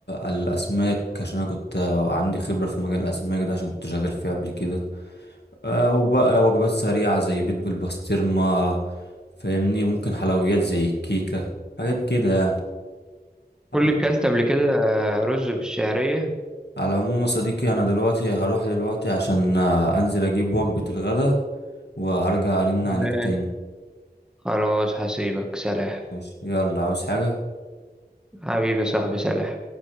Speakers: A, on the left; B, in the centre.
A: الاسماك عشان انا كنت آه، عندي خبره في مجال الاسماك ده عشان كنت شغال فيه قبل كده آه، وبقى وجبات سريعه زي بيض بالبسطرمه فاهمني ممكن حلويات زي الكيكه حاجات كده يعني
B: كل
A: على
B: كلت قبل كده رز بالشعرية
A: على العموم يا صديقي انا دلوقتي هروح دلوقتي عشان آه، انزل اجيب وجبه الغدا وهرجع ارن عليك
B: لا.
A: تاني
B: خلاص هسيبك سلام
A: ماشي يلا عاوز حاجه
B: حبيبي صاحبي سلام